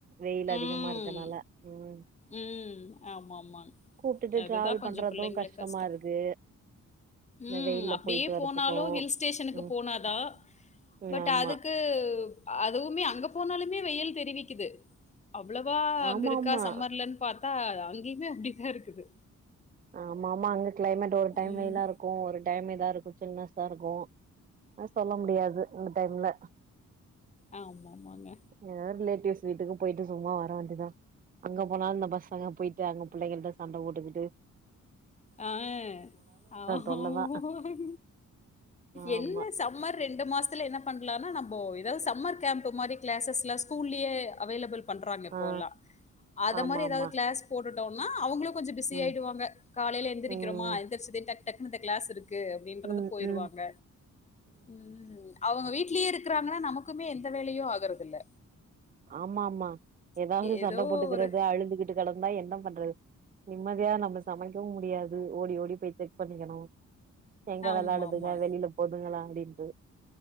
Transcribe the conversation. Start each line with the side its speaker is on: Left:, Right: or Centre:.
Right: வெயில் அதிகமா
Left: ம்.
Right: இருக்கனால ம்
Left: ம் ஆமா ஆமா
Right: கூப்ட்டுட்டு
Left: அதுதா
Right: டிராவல்
Left: கொஞ்சோ
Right: பண்றது
Left: பிள்ளைங்களுக்கு
Right: கஷ்டமா
Left: கஷ்டோ
Right: இருக்கு இந்த
Left: ம்
Right: வெயில்ல
Left: அப்டியே
Right: போயிட்டு வரதுக்கு
Left: போனாலு ஹில் ஸ்டேஷனுக்கு
Right: ம்
Left: போனாதா
Right: ம்
Left: பட்
Right: ஆமா
Left: அதுக்கு அதுவுமே அங்க போனாலுமே வெயில் தெரிவிக்குது அவ்வளவா
Right: ஆமாமா
Left: அங்க இருக்கா இல்லன்னு பாத்தா அங்கேயுமே அப்டிதா இருக்குது
Right: ஆமா ஆமா அங்க கிளைமேட் ஒரு டைம்
Left: ம்.
Right: வெயிலா இருக்கு ஒரு டைம் இதா இருக்கு சில்னெஸ் இதா இருக்கு ஆ சொல்ல முடியாது அந்த டைம்ல
Left: ஆமா ஆமாங்க
Right: எதாது ரிலேட்டிவ்ஸ் வீட்டுக்கு போயிட்டு சும்மா வர வேண்டியதா அங்க போனாலு இந்த பசங்க போய் ட்டு அங்க பிள்ளைங்கள்ட சண்ட போட்டுகிட்டு
Left: ஆ ஆ ஆமாங்
Right: தொல்லதா ஆமா
Left: என்ன சம்மர் ரெண்டு மாசத்துல என்ன பண்ணலான்னா நம்போ ஏதாது சம்மர் கேம்ப்பு மாரி கிளாஸஸ்ல ஸ்கூல்லயே அவைலபிள் பண்றாங்க இப்போல்லா
Right: ஆ
Left: அத
Right: ஆமா
Left: மாரி ஏதாது
Right: ஆமா
Left: கிளாஸ் போட்டுட்டோன்னா அவைங்களு கொஞ்சோ பிஸி
Right: ம்
Left: ஆயிடுவாங்க காலையில எந்திரிக்கிறோமா
Right: ம்
Left: எந்திரிச்சிட்டு டக் டக்குனு இந்த கிளாஸ் இருக்கு அப்டின்றது
Right: ம்
Left: போயிருவாங்க
Right: ம்
Left: ம் அவுங்க வீட்லயே இருக்கறாங்கன்னா நமக்குமே எந்த வேலையு ஆகுறதில்ல
Right: ஆமா ஆமா ஏதாது
Left: ஏதோ
Right: சண்ட போட்டுக்கறது
Left: ஒரு
Right: அழுதுகிட்டு கெடந்தா என்ன பண்றது நிம்மதியா நம்ம சமைக்கவு முடியாது ஓடி ஓடி போயிட்டு பண்ணிக்கணு எங்க
Left: ஆமா
Right: வெளாடுதுங்க
Left: ஆமா
Right: வெளியில போதுங்களா அப்டின்ட்டு